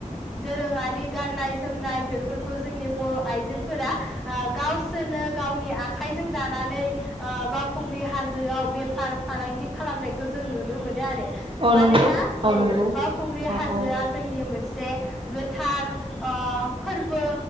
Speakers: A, in the centre; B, on the right.
A: दोरोङारि गाननाय जोमनाय बेफोरखौ जोंनि बर' आइजोफोरा गावसोरनो गावनि आखाइजों दानानै ओ बावखुंग्रि हाजोआव बेफार फालांगि खालामनायखौ जों नुनो मोनो आरो
B: औ
A: मानोना
B: नंगौ
A: औ
B: नंगौ
A: बावखुंग्रि
B: औ
A: हाजोआ
B: औ
A: जोंनि मोनसे गोथार ओ फोरबो